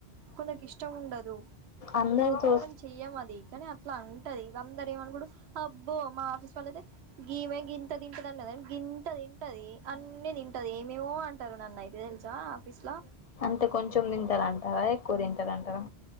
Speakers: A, on the right; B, on the left.
A: కొందరికి ఇష్టం ఉండదు.
B: అందరితో
A: చేయ్యం అది కానీ అట్లా ఇది అందరూ ఏమనుకుంటారు అబ్బో మా ఆఫీస్ వాళ్ల్ల అయితే గీమే గీ ఇంత తింటదండి. గింత తింటది అన్నీ తింటది ఏమేమో అంటారు. నన్ను అయితే తెలుసా ఆఫీస్ లో
B: అంటే కొంచెం తింటారంటారా ఎక్కువ తింటారంటారా?